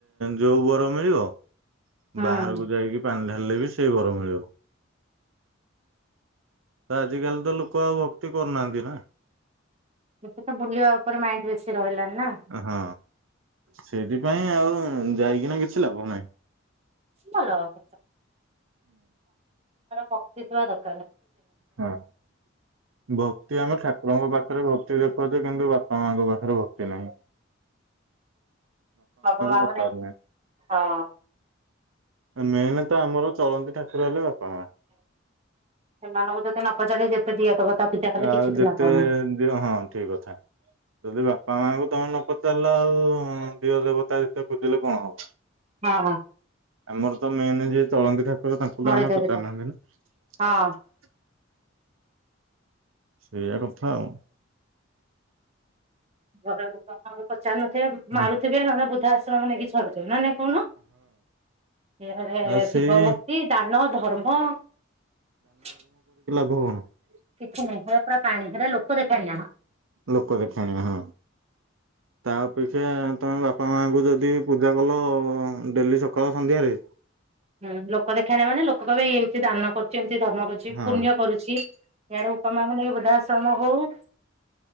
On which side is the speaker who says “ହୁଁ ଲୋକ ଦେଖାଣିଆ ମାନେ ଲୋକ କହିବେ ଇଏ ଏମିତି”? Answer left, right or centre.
Right